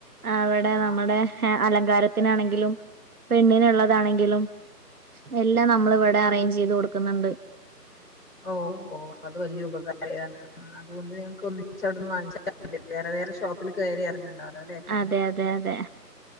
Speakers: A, on the right (about 60°); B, in the centre.
A: അവിടെ
B: ആഹ്
A: നമ്മുടെ അലങ്കാരത്തിനാണെങ്കിലും, പെണ്ണിനുള്ളതാണെങ്കിലും എല്ലാം നമ്മൾ ഇവിടെ അറേഞ്ച് ചെയ്ത് കൊടുക്കുന്നുണ്ട്.
B: ഓ, ഓ അത് വലിയ ഉപകാരമാണ്. അതുകൊണ്ട് ഞങ്ങക്ക് ഒന്നിച്ച് അവിടുന്ന് വാങ്ങിച്ചാ മതിയല്ലോ. വേറെ വേറെ ഷോപ്പിൽ കയറി ഇറങ്ങണ്ടാലോ, അല്ലേ.
A: അതെ, അതെ, അതെ.